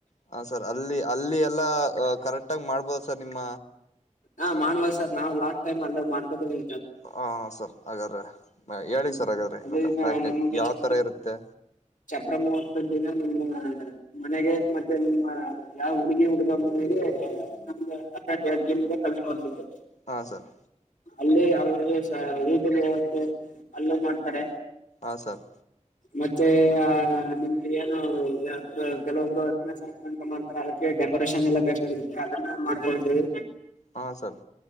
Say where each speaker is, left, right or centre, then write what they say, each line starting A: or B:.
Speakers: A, on the left (about 60°); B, on the left (about 85°).
A: ಹಾಂ ಸರ್ ಅಲ್ಲಿ ಅಲ್ಲಿ ಎಲ್ಲಾ ಕರೆಕ್ಟಾಗ್ ಮಾಡ್ಬೋದು ಸರ್ ನಿಮ್ಮ
B: ಹಾ ಮಾಡ್ಬಾರ ಸರ್ ನಾವು ಲಾಕ್ ಟೈಮ್ ಅಲ್ಲ ಮಾಡ್ಕೋತಿವಿ.
A: ಹಾಂ ಸರ್ ಆಗಾರೆ ಆ ಹೇಳಿ
B: ಹ್ಮ್
A: ಸರ್ ಹಾಗಾದ್ರೆ
B: ಅದೇ
A: ಇವಾಗ
B: ಈಗ
A: ಪ್ಯಾಕೇಜ್
B: ನಿಮ್ಗೆ
A: ಯಾವ್
B: ಚಪ್ರ
A: ತರ ಇರುತ್ತೆ?
B: ಚಪ್ರ ಮುಹೂರ್ತದ್ ದಿನ ನಿಮ್ಮ ಮನೆಗೆ ಮತ್ತೆ ನಿಮ್ಮ ಯಾವ ಹುಡುಗಿ ಹುಡುಗ ಮನೆಗೆ <unintelligible> ಕಳ್ಸ್ ಕೊಡ್ತೀವಿ.
A: ಹಾಂ ಸರ್
B: ಅಲ್ಲಿ ಅವ್ರ್ ಗೆ ಊಟದ ವ್ಯವಸ್ಥೆ ಅಲ್ಲೂ ಮಾಡ್ತಾರೆ
A: ಹ ಸರ್
B: ಮತ್ತೆ ಆ ನಿಮ್ದ ಏನು ಕೆಲವೊಂದು ಹತ್ತನೇ <unintelligible> ಅಂತ ಮಾಡ್ತಾರೆ ಅದಕ್ಕೆ ಡೆಕೋರೇಷನ್ ಎಲ್ಲ ಬೇಕಾಗಿರುತ್ತೆ ಅದನ್ನ ಮಾಡ್ಕೊಡ್ತಿವಿ.
A: ಹಾ ಸರ್